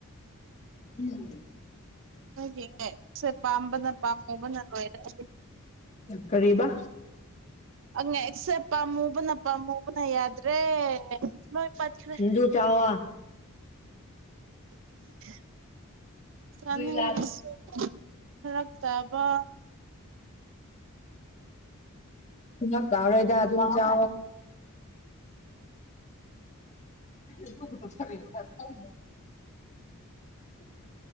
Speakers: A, on the left (about 35°); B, on the right (about 60°).
A: <unintelligible>
B: ꯍꯣꯏ ꯌꯦꯡꯉꯦ ꯁꯦ ꯄꯥꯝꯕꯅ ꯄꯥꯝꯃꯨꯕꯅ ꯂꯣꯏꯔꯦꯗꯤ
A: ꯀꯔꯤꯕꯥ
B: ꯑꯪ ꯑꯦꯁꯦꯞ ꯄꯥꯝꯃꯨꯕꯅ ꯄꯥꯝꯃꯨꯕꯅ ꯌꯥꯗ꯭ꯔꯦ ꯂꯣꯏ ꯄꯠꯈ꯭ꯔꯦ
A: ꯁꯤꯡꯖꯨ ꯆꯥꯎꯋꯣ
B: <unintelligible> ꯆꯥꯅꯤꯡꯉꯥꯏꯁꯨ
A: ꯂ
B: ꯐꯔꯛꯇꯕ
A: ꯊ ꯇꯔꯗ ꯑꯗꯨ ꯑꯗꯨ ꯆ <unintelligible> ꯎꯝ